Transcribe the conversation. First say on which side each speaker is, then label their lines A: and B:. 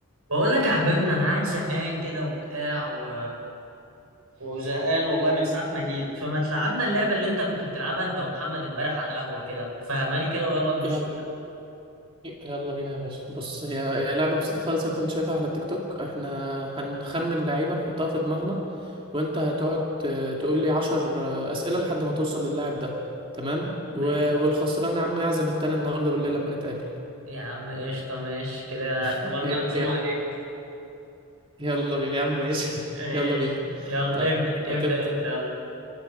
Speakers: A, on the right (about 85°); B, on the right (about 25°).
A: بقول لك يا حبيبنا انا قاعد زهقان كده وبتاع و... وزهقان والله من ساعة ما جيت فما تلعبنا اللعبة اللي انت كنت بتلعبها انت ومحمد امبارح على القهوة كده فهماني كده ويلا ندوس
B: يلا
A: فيها
B: يلا بينا يا باشا بص هي هي لعبة بسيطة خالص أنا كنت شايفها على التيك توك احنا هنخمن لعيبة نحطها في دماغنا وانت هتقعد ت- تقول لي عشر آه، أسئلة لحد ما توصل للاعب ده تمام
A: ماشي
B: و- والخسران يا عم يعزم التاني النهاردة بالليل لما نتقابل
A: يا عم قشطة ماشي كده اعتبرنا
B: ي- ي-
A: العزومة عليك
B: يلا بينا يا عم ماشي <laughs>
A: ماشي
B: يلا بينا
A: يلا
B: طيب
A: ابدأ ابدأ
B: تبدأ
A: انت يلا